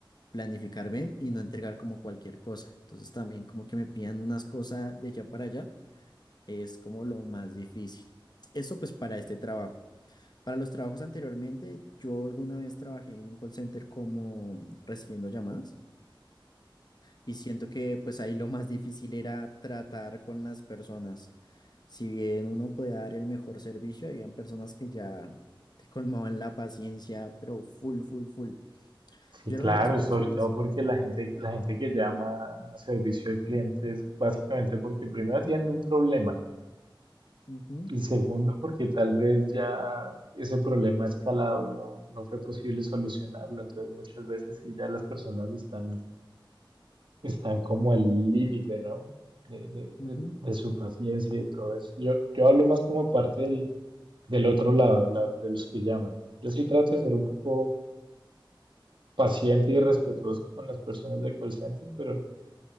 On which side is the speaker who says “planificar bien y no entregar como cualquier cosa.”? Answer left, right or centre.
Left